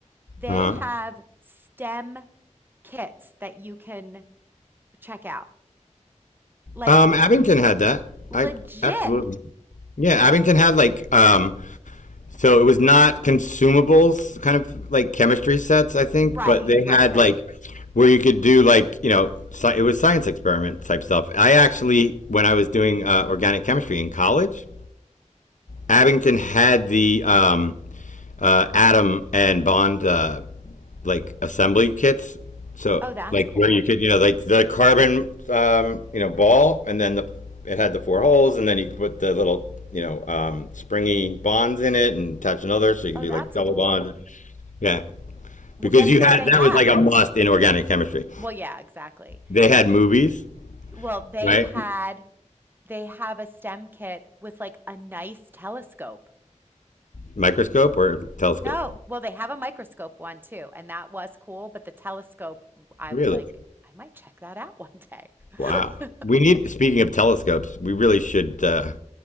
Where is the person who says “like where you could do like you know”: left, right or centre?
Left